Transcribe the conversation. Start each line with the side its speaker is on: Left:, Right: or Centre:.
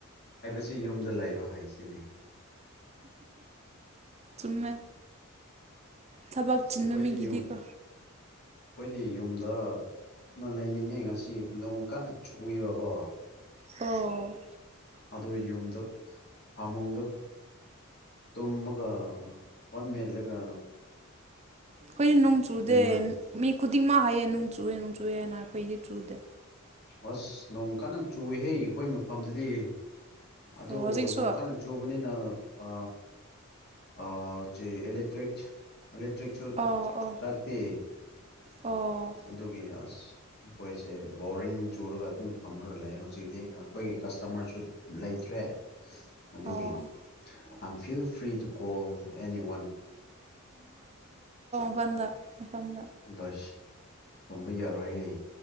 Left: ꯁꯤ ꯌꯨꯝꯗ ꯂꯩꯔ ꯍꯥꯏꯁꯤꯅꯦ
Right: ꯆꯨꯝꯃꯦ ꯊꯕꯛ ꯆꯤꯟꯕ
Left: ꯁꯤ ꯑꯩꯈꯣꯏꯗꯤ
Right: ꯃꯤꯒꯤꯗꯤꯀꯣ
Left: ꯌꯨꯝ ꯑꯩꯈꯣꯏꯗꯤ ꯌꯨꯝꯗ ꯅ ꯂꯩꯅꯤꯡꯉꯦ ꯉꯁꯤ ꯅꯣꯡ ꯀꯟꯅ ꯆꯨꯏꯕꯀꯣ
Right: ꯑꯣ
Left: ꯑꯗꯨ ꯌꯨꯝꯗ ꯐꯥꯃꯨꯡꯗ ꯇꯨꯝꯃꯒ ꯐꯣꯟ ꯃꯦꯠꯂꯒ
Right: ꯑꯩꯈꯣꯏꯗꯤ ꯅꯣꯡ ꯆꯨꯗꯦ
Left: ꯌꯥꯝꯅ
Right: ꯃꯤ ꯈꯨꯗꯤꯡꯃꯛ ꯍꯥꯏꯌꯦ ꯅꯣꯡ ꯆꯨꯌꯦ ꯅꯣꯡ ꯆꯨꯌꯦ ꯍꯥꯏꯅ ꯑꯩꯈꯣꯏꯗꯤ ꯆꯨꯗꯦ
Left: ꯑꯁ ꯅꯣꯡ ꯀꯟꯅ ꯆꯨꯍꯦ ꯑꯩꯈꯣꯏ ꯃꯐꯝꯗꯗꯤ ꯑꯗꯣ
Right: ꯑꯣ ꯍꯧꯖꯤꯛꯁꯨ
Left: ꯅꯣꯡꯀꯟꯗ ꯆꯨꯕꯅꯤꯅ ꯑ ꯑ ꯆꯦ ꯑꯦꯂꯦꯛꯇ꯭ꯔꯤꯛ ꯑꯦꯂꯦꯛꯇ꯭ꯔꯤꯛꯁꯨ
Right: ꯑꯣ ꯑꯣ
Left: ꯂꯥꯛꯇꯦ
Right: ꯑꯣ
Left: ꯑꯗꯨꯒꯤ ꯑꯁ ꯑꯩꯈꯣꯏꯁꯦ ꯕꯣꯔꯤꯡ ꯆꯨꯔꯒ ꯑꯗꯨꯝ ꯐꯝꯃꯒ ꯂꯩ ꯍꯧꯖꯤꯛꯇꯤ ꯑꯩꯈꯣꯏꯒꯤ ꯀꯁꯇꯃꯔꯁꯨ ꯂꯩ ꯇ꯭ꯔꯦ ꯑꯗꯨꯒꯤ
Right: ꯑꯣ
Left: I'm feel free to call any one
Right: ꯃꯄꯥꯟꯗ ꯃꯄꯥꯟ
Left: ꯂꯁ ꯇꯨꯝꯕ ꯌꯥꯔꯣꯏ ꯍꯦ